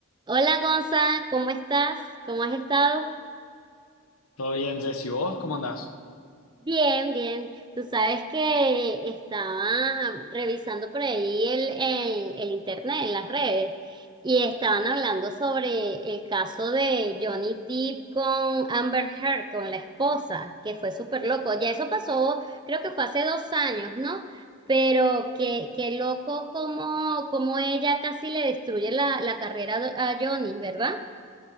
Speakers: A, on the right; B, on the left.
A: Hola Gonza, ¿cómo estás? ¿Cómo has estado?
B: Todo bien, Jesse. ¿Vos cómo andás?
A: Bien, bien. Tú sabes que estaba revisando por ahí el, el, el internet, en las redes, y estaban hablando sobre el caso de Johnny Depp con Amber Heard, con la esposa, que fue súper loco. Ya eso pasó, creo que fue hace dos años, ¿no? Pero qué, qué loco como, como ella casi le destruye la, la carrera a Johnny, ¿verdad?